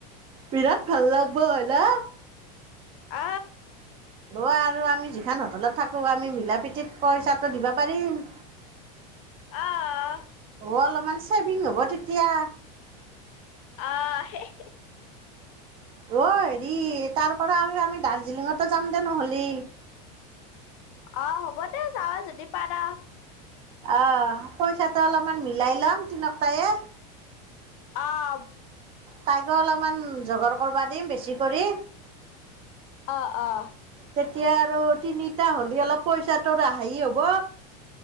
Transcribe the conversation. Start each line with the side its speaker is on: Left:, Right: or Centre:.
Right: বিৰাট ভাল লাগিব হলা।
Left: আ
Right: অ আৰু আমি যিখন হোটেলত থাকো আমি মিলা প্ৰীতিৰে পইচাটো দিবা পাৰিম।
Left: অ অ।
Right: হ'ব অলপমান চেভিঙ হ'ব তেতিয়া।
Left: আ হে হে
Right: অ হেৰি তাৰ পৰা আৰু আমি দাৰ্জিলিঙতে যাম দে নহ'লি
Left: অ হ'ব দে যাৱ যদি পাৰ
Right: আহ পইচাটো অলমান মিলাই লম তিনটায়ে
Left: সাপ!
Right: তাইকো অলপমান জগাৰ কৰবা দিম বেছি কৰি
Left: অ অ
Right: তেতিয়া আৰু তিনিটা হ'লি অলপ পইচাটোত হেই হ'ব